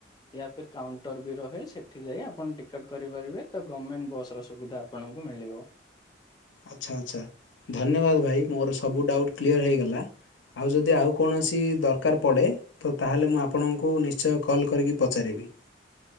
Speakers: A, on the left (about 20°); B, on the left (about 75°).
A: ୟା ଫିର୍ କାଉଣ୍ଟର ବି ରହେ ସେଠି ଯାଇ ଆପଣ ଟିକେଟ୍ କରିପାରିବେ ତ ଗମେଣ୍ଟ ବସ୍ ର ସୁବିଧା ହବ ଆପଣଙ୍କୁ ମିଳିବ।
B: ଆଚ୍ଛା ଆଚ୍ଛା, ଧନ୍ୟବାଦ ଭାଇ ମୋର ସବୁ ଡ଼ାଉଟ୍ କ୍ଲିୟର ହେଇଗଲା। ଆଉ ଯଦି ଆଉ କୌଣସି ଦରକାର ପଡ଼େ ତ ତାହେଲେ ମୁଁ ଆପଣଙ୍କୁ ନିଶ୍ଚୟ କଲ୍ କରିକି ପଚାରିବି।